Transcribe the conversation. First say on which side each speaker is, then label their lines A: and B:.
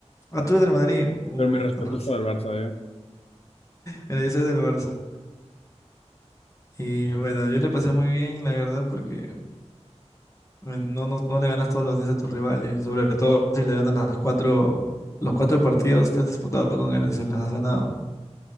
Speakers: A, on the left (about 25°); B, on the left (about 60°).
A: Ah, tú eres del Madrid. Uy,
B: pero mi respeto
A: con razón.
B: es para el Barça, ¿eh?
A: Mira, yo soy del Barça. Y bueno, yo le pasé muy bien, la verdad, porque eh, no, no, no le ganas todos los días a tu rival, y sobre todo si le ganas las cuatro, los cuatro partidos que has disputado con él, se las has ganado.